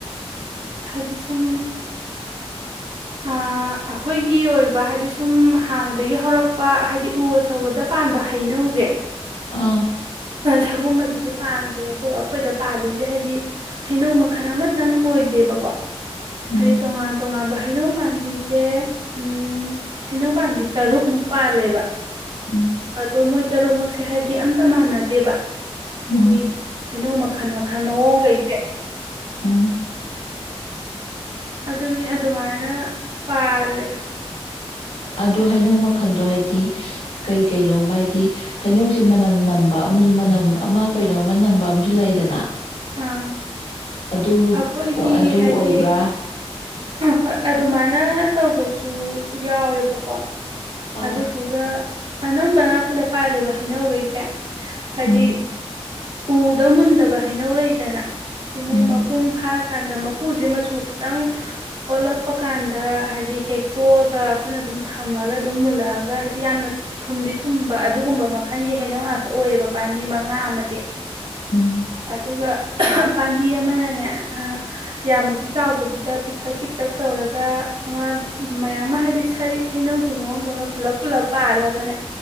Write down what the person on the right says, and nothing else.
ꯍꯥꯏꯗꯤ ꯁꯨꯝ ꯑꯩꯈꯣꯏꯒꯤ ꯑꯣꯏꯕ ꯍꯥꯏꯗꯤ ꯁꯨꯝ ꯍꯥꯟꯅꯗꯒꯤ ꯍꯧꯔꯛꯄ ꯍꯥꯏꯗꯤ ꯎ ꯑꯆꯧꯕꯗ ꯄꯥꯟꯕ ꯍꯩꯅꯧꯁꯦ
ꯁꯒꯨꯝꯕꯁꯤꯗꯤ ꯄꯥꯟꯗꯦ ꯑꯗꯩ ꯑꯩꯈꯣꯏꯗ ꯄꯥꯜꯂꯤꯁꯦ ꯍꯥꯏꯗꯤ ꯍꯩꯅꯧ ꯃꯈꯜ ꯑꯃꯇꯪ ꯑꯣꯏꯗ ꯇꯦꯕꯀꯣ
ꯍꯥꯏꯗ ꯇꯣꯉꯥꯟ ꯇꯣꯉꯥꯟ ꯍꯩꯅꯧ ꯄꯥꯝꯕꯤꯁꯦ ꯎ ꯍꯩꯅꯧ ꯄꯥꯝꯕꯤ ꯇꯔꯨꯛꯃꯨꯛ ꯄꯥꯜꯂꯦꯕ
ꯑꯗꯣ ꯃꯣꯏ ꯇꯔꯨꯛꯃꯛꯁꯦ ꯍꯥꯏꯗꯤ ꯑꯝꯇ ꯃꯥꯟꯅꯗꯦꯕ
ꯍꯥꯏꯗꯤ ꯍꯩꯅꯧ ꯃꯈꯜ ꯃꯈꯜ ꯃꯑꯣꯡꯈꯩꯁꯦ
ꯑꯗꯨꯅꯤ ꯑꯗꯨꯃꯥꯏꯅ ꯄꯥꯜꯂꯦ
ꯑꯥ
ꯑꯩꯈꯣꯏꯒꯤ
ꯍꯥꯏꯗꯤ
ꯍꯣꯏ ꯑꯗꯨꯃꯥꯏꯅ ꯇꯧꯕꯁꯨ ꯌꯥꯎꯋꯦꯕꯀꯣ
ꯑꯗꯨꯗꯨꯒ ꯑꯅꯝꯕꯅ ꯑꯩꯈꯣꯏꯗ ꯄꯥꯜꯂꯤꯕ ꯍꯩꯅꯧꯈꯩꯁꯦ ꯍꯥꯏꯗꯤ
ꯎꯗ ꯃꯨꯟꯗꯕ ꯍꯩꯅꯧ ꯂꯩꯗꯅ ꯍꯥꯏꯗꯤ ꯃꯣꯏ
ꯃꯄꯨꯡ ꯐꯥꯔꯀꯥꯟꯗ ꯁ꯭ꯀꯨꯜꯁꯦ ꯑꯃꯁꯨ ꯈꯤꯇꯪ ꯑꯣꯜꯂꯛꯄ ꯀꯥꯟꯗ ꯍꯥꯏꯗꯤ ꯍꯦꯛꯇꯣꯛꯑꯒ ꯑꯩꯈꯣꯏꯅ ꯑꯗꯨꯝ ꯊꯝꯃꯒ ꯑꯗꯨꯝ ꯃꯨꯜꯂꯛꯑꯒ ꯍꯥꯏꯗꯤ ꯌꯥꯝꯅ ꯊꯨꯝꯗꯤ ꯊꯨꯝꯕ ꯑꯗꯨꯒꯨꯝꯕ ꯃꯈꯜꯒꯤ ꯍꯩꯅꯧ ꯉꯥꯛꯇ ꯑꯣꯏꯌꯦꯕ ꯄꯥꯝꯕꯤ ꯃꯉꯥ ꯑꯃꯗꯤ
ꯑꯗꯨꯒ ꯄꯥꯝꯕꯤ ꯑꯃꯅꯅꯦ ꯌꯥꯝꯃꯗꯤ ꯆꯥꯎꯗꯕꯤꯗ ꯄꯤꯛꯇꯛ ꯄꯤꯛꯇꯛ ꯇꯧꯔꯒ ꯑꯃ ꯃꯌꯥꯝ ꯑꯃ ꯍꯥꯏꯗꯤ ꯁꯔꯤꯛ ꯍꯩꯅꯧꯒꯤ ꯃꯑꯣꯡꯗꯧꯅ ꯄꯨꯜꯂꯞ ꯄꯨꯜꯂꯞ ꯄꯥꯜꯂꯒꯅꯦ